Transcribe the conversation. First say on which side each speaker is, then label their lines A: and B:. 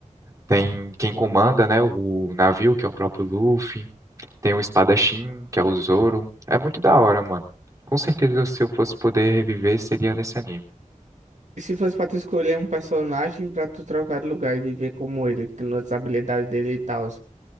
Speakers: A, on the right (about 25°); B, on the right (about 65°).
A: tem quem comanda, né? O navio, que é o próprio Luffy. Tem o espadachim, que é o Zoro. É muito da hora, mano. Com certeza, se eu fosse poder reviver, seria nesse anime.
B: E se fosse pra tu escolher um personagem pra tu trocar de lugar e viver como ele, tendo as habilidades dele e tal.